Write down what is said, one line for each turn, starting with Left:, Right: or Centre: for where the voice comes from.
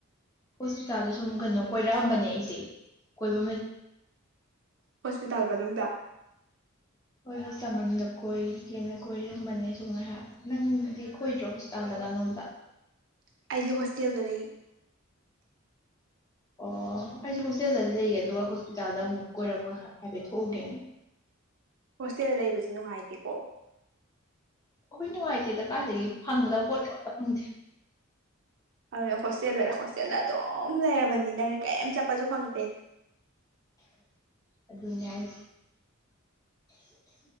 Left: ꯍꯣꯁꯄꯤꯇꯥꯜꯗ ꯁꯨꯝ ꯀꯩꯅꯣ ꯀꯣꯏꯔꯛꯑꯝꯕꯅꯦ ꯑꯩꯁꯦ ꯀꯣꯏꯕ
Right: ꯍꯣꯁꯄꯤꯇꯥꯜ ꯃꯅꯨꯡꯗ
Left: ꯑꯣꯏ ꯍ ꯇ ꯃꯟꯗ ꯀꯣꯏꯒꯦꯅ ꯀꯣꯏꯔꯝꯕꯅꯦ ꯁ ꯉꯥꯏꯍꯥꯛ ꯅꯪꯗꯤ ꯀꯣꯏꯗ꯭ꯔꯣ ꯍꯣꯁꯄꯤꯇꯥꯜꯗꯒ ꯅꯧꯗ꯫
Right: ꯑꯩꯗꯤ ꯍꯣꯁꯇꯦꯜꯗ ꯂꯩꯌꯦ
Left: ꯑꯣ ꯑꯩꯁꯦ ꯍꯣꯁꯇꯦꯜꯗꯗꯤ ꯂꯩꯌꯦ ꯑꯗꯨꯒ ꯍꯣꯁꯄꯤꯇꯥꯜꯗ ꯑꯃꯨꯛ ꯀꯣꯏꯔꯛꯄ ꯍꯥꯏꯐꯦꯠ ꯊꯣꯛꯎꯒꯦꯅ꯫
Right: ꯍꯣꯁꯇꯦꯜ ꯂꯩꯕꯁꯦ ꯅꯨꯡꯉꯥꯏꯇꯦꯀꯣ꯫
Left: ꯑꯩꯈꯣꯏ ꯅꯨꯡꯉꯥꯏꯇꯦꯗ ꯀꯥꯏꯗꯒꯤ ꯐꯪꯒꯗꯕ ꯄꯣꯠ ꯑꯝꯇ ꯐꯪꯗꯦ꯫
Right: ꯑꯗꯨ ꯍꯣꯁꯇꯦꯜꯗ ꯍꯣꯁꯇꯦꯜꯗ ꯑꯗꯨꯝ ꯂꯩꯔꯕꯅꯤ ꯅꯪꯅ ꯀꯔꯤꯝ ꯆꯠꯄꯁꯨ ꯐꯪꯗꯦ꯫
Left: ꯑꯗꯨꯅꯦ ꯍꯥꯏꯁꯦ